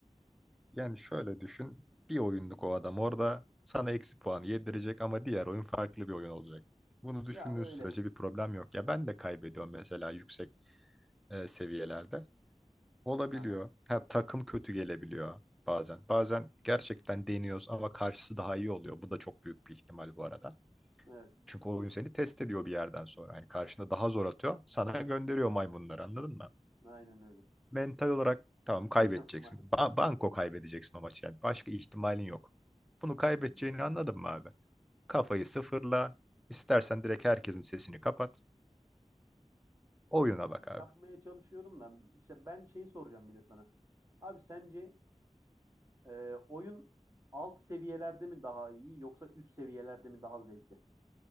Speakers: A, in the centre; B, on the right (about 25°).
A: Yani şöyle düşün. Bir oyunluk o adam orada sana eksi puan yedirecek ama diğer oyun farklı bir oyun olacak. Bunu düşündüğün
B: Ya öyle.
A: sürece bir problem yok. Ya ben de kaybediyorum mesela yüksek e, seviyelerde. Olabiliyor.
B: Aha,
A: Ha, takım kötü gelebiliyor bazen. Bazen gerçekten deniyoruz ama karşısı daha iyi oluyor. Bu da çok büyük bir ihtimal bu arada.
B: evet.
A: Çünkü o oyun seni test ediyor bir yerden sonra. Yani karşına daha zor atıyor. Sana gönderiyor maymunları anladın mı?
B: Aynen öyle.
A: mental olarak tamam kaybedeceksin.
B: <laughs> Mal-
A: Ba- banko kaybedeceksin o maçı yani. Başka ihtimalin yok. Bunu kaybedeceğini anladın mı abi? Kafayı sıfırla. İstersen direkt herkesin sesini kapat. Oyuna
B: Ya
A: bak abi.
B: yapmaya çalışıyorum da işte ben şeyi soracağım bir de sana. Abi sence e, oyun alt seviyelerde mi daha iyi yoksa üst seviyelerde mi daha zevkli?